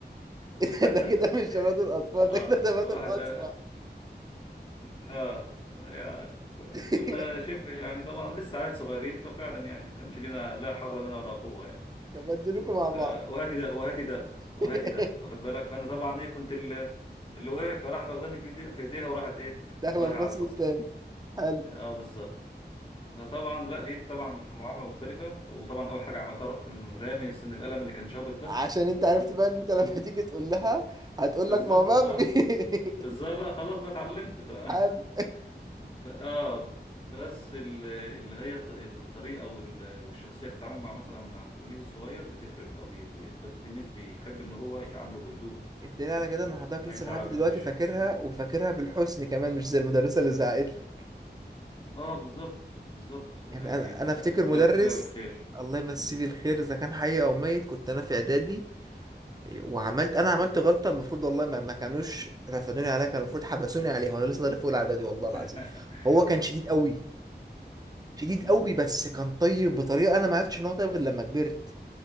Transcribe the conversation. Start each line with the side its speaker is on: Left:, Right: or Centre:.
Right: <laughs>
Left: <laughs>
Right: ده كده مش تبادل أطفال
Left: اه
Right: ده كده تبادل
Left: وراحت
Right: أسرع
Left: اه, آه آه، يا
Right: <laughs>
Left: كنا شبه يعني طبعا لسه عيال صغيرين ففعلا يعني كانش لنا لا حول لنا ولا قوه يعني
Right: تبدلوكوا مع
Left: ف
Right: بعض
Left: وهاتي ده وهاتي ده وهاتي
Right: <laughs>
Left: ده واخد بالك فانا طبعا ايه كنت ال- اللي واقف فراحت واخداني في ايدي في ايديها وراحت ايه
Right: داخلة
Left: رايحه
Right: الفصل
Left: على الفصل
Right: التاني حلو
Left: اه بالظبط فطبعا لا لقيت طبعا معامله مختلفه وطبعا اول حاجه عملتها رحت رامي سن القلم اللي كان شابط ده
Right: عشان انت عرفت بقى ان انت لما تيجي تقول لها هتقول
Left: بالظبط
Right: لك ما هو ممري
Left: اه
Right: <laughs>
Left: بالظبط لا خلاص بقى اتعلمت ف <laughs>
Right: حلو
Left: ب- اه بس ال- اللي هي الط- الطريقه وال- والشخصيه في التعامل مع مثلا مع التلميذ الصغير بتفرق او بي... بي- التلميذ بيحب اللي هو يتعامله بهدوء
Right: <laughs> الدليل على كده ان حضرتك
Left: ما
Right: لسه
Left: يزعلوش
Right: لحد دلوقتي فاكرها وفاكرها بالحسن كمان مش زي المدرسة اللي زعقت لك
Left: اه بالظبط بالظبط يعني
Right: يعني انا
Left: آه،
Right: انا افتكر
Left: فعلا
Right: مدرس
Left: افتكرها بالخير
Right: الله يمسيه
Left: مم.
Right: بالخير اذا كان حي او ميت كنت انا في اعدادي وعملت انا عملت غلطه المفروض والله ما, ما كانوش رفدوني عليها كان المفروض حبسوني عليها وانا لسه طالع فوق الاعدادي والله
Left: <laughs>
Right: العظيم هو كان شديد قوي شديد
Left: مم.
Right: قوي بس كان طيب بطريقه انا ما عرفتش ان هو طيب غير لما كبرت